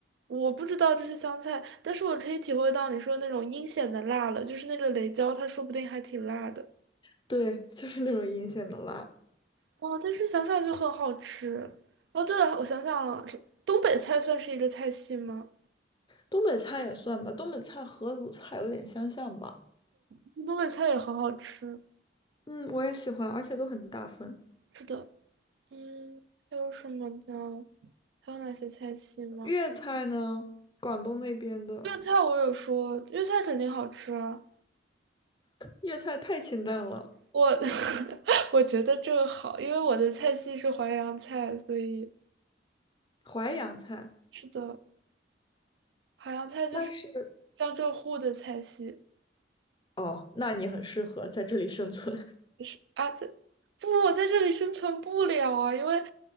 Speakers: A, on the right (about 75°); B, on the left (about 25°).
A: 我不知道这是香菜，但是我可以体会到你说那种阴险的辣了，就是那个雷椒，它说不定还挺辣的。
B: <laughs> 对，就是那种阴险的辣。
A: 哦，但是想想就很好吃。哦，对了，我想想啊，东北菜算是一个菜系吗？
B: 东北菜也算吧，东北菜和鲁菜有点相像吧。
A: 这东北菜也很好吃。
B: 嗯，我也喜欢，而且都很大份。
A: 是的。嗯，还有什么呢？还有哪些菜系吗？
B: 粤菜呢，广东那边的
A: 粤菜我有说，粤菜肯定好吃啊。
B: 粤菜太清淡了，
A: 我 <laughs> 我觉得这个好，因为我的菜系是淮扬菜，所以
B: 淮扬菜
A: 是的，淮扬菜就是
B: 那是
A: 江浙沪的菜系。
B: 哦，那你很适合在这里生存。
A: 是啊，在不，我在这里生存不了啊，因为